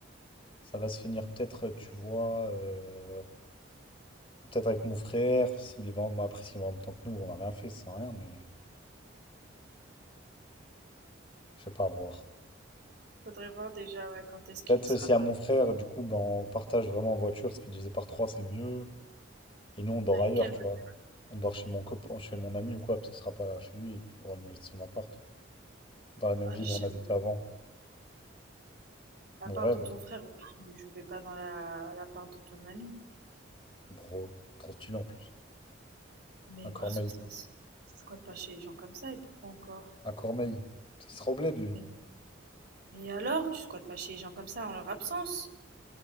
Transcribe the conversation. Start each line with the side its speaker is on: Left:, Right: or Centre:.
Left: Ça va se finir peut-être, euh, tu vois, euh, peut-être avec mon frère, s'il va en... bah, après, s'il va en même temps que nous, on n'a rien fait, ça sert à rien, mais je sais pas, à voir.
Right: Faudrait voir déjà, ouais, quand est-ce qu'il
Left: Peut-être
Right: y sera
Left: euh, si
Right: pas.
Left: à mon frère, du coup, ben, on partage vraiment en voiture, ça fait diviser par trois, c'est mieux. Et nous, on dort
Right: Mais Avec
Left: ailleurs,
Right: quelle
Left: tu
Right: voiture?
Left: vois. On dort chez mon copain, chez mon ami ou quoi, parce qu'il sera pas là chez lui, il pourra nous laisser son appart. Dans la même
Right: Ah,
Left: ville
Right: jamais.
Left: où on habitait avant.
Right: La
Left: Mon
Right: part
Left: rêve,
Right: de ton frère, ok, mais je vais pas dans la, la part de ton ami.
Left: bro, trop stylé en plus.
Right: Mais
Left: À Cormeil.
Right: parce que ça, c'est- tu squattes pas chez les gens comme ça, et puis quoi encore?
Left: À Cormeil. Parce qu'il sera au bled, lui.
Right: Mais, mais alors, tu squattes pas chez les gens comme ça en leur absence?